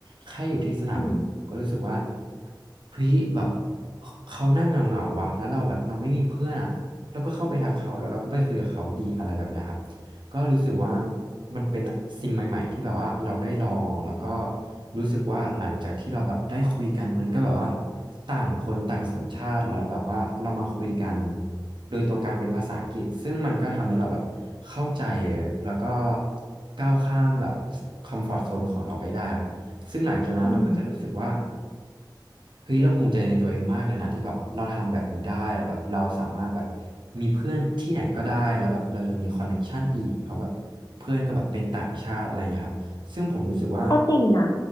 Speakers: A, on the right (about 85°); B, on the left (about 50°).
A: แค่อยู่ที่สนามบินก็รู้สึกว่า
B: อืม
A: เฮ้ยแบบเขานั่งเหงาๆว่ะแล้วเราแบบเราไม่มีเพื่อนอ่ะแล้วก็เข้าไปทักเขาแล้วเราก็ไปคุยกับเขาดีอะไรแบบเนี้ยครับ ก็รู้สึกว่ามันเป็นสิ่งใหม่ๆที่แบบว่าเราได้ลองแล้วก็รู้สึกว่าหลังจากที่เราแบบได้คุยกันมันก็แบบว่าต่างคนต่างสัญชาติแล้วแบบว่าเรามาคุยกันโดยตัวกลางเป็นภาษาอังกฤษซึ่งมันก็ทำให้เราแบบเข้าใจแล้วก็ก้าวข้ามแบบคอมฟอร์ z โซนของเราไปได้ครับซึ่งหลังจากนั้นเราก็จะรู้สึกว่า
B: อืม
A: เฮ้ยเราภูมิใจในตัวเองมากเลยนะที่แบบว่าเราทำแบบนี้ได้แบบเราสามารถแบบมีเพื่อนที่ไหนก็ได้แล้วแบบเรายังมีคอนเน c t ชันอีกเพราะแบบเพื่อนก็แบบเป็นต่างชาติอะไรอย่างเงี้ยครับซึ่งผมรู้สึกว่า
B: ก็จริงนะ